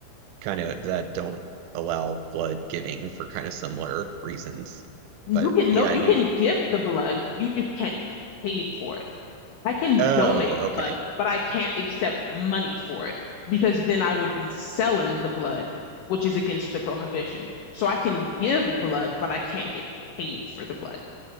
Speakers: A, on the right (about 80°); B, on the left (about 80°).
A: kind of that don't allow blood giving for kind of similar reasons.
B: You
A: But
B: can
A: yeah,
B: no,
A: I
B: you
A: never.
B: can give the blood, you just can't be paid for it. I can
A: Oh,
B: donate
A: okay.
B: blood, but I can't accept money for it because then I would be selling the blood, which is against the prohibition. So I can give blood, but I can't get paid for the blood.